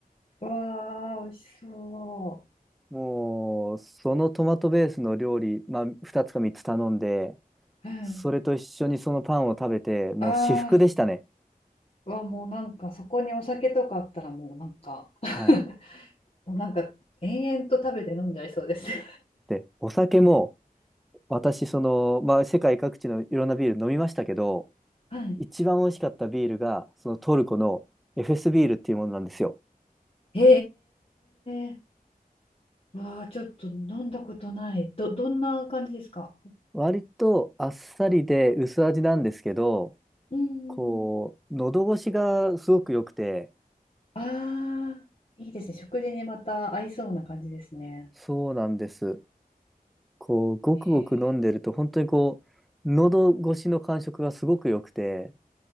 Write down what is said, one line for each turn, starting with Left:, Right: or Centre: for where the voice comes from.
Left: わあ、美味しそ
Centre: もうそのトマトベースの料理、まあ、2つか3つ頼んで、
Left: う。はい。
Centre: それと一緒にそのパンを食べて、もう至福でしたね。
Left: ああ、わ、もうなんかそこにお酒とかあったらもうなんか <laughs>
Centre: はい。
Left: もうなんか延々と食べて飲んじゃいそうですね。
Centre: で、お酒も、私、その、まあ、世界各地のいろんなビール飲みましたけど、
Left: <laughs> はい。
Centre: 一番美味しかったビールが、そのトルコのエフェスビールっていうものなんですよ。
Left: へえ。わあ、ちょっと飲んだことない。ど、どんな感じですか
Centre: 割とあっさりで薄味なんですけど、
Left: うん。
Centre: こう、喉越しがすごく良くて、
Left: ああいいですね。食事にまた合いそうな感じですね。
Centre: そうなんです。こう、ごくごく飲んでると、
Left: へえ
Centre: 本当にこう、喉越しの感触がすごく良くて、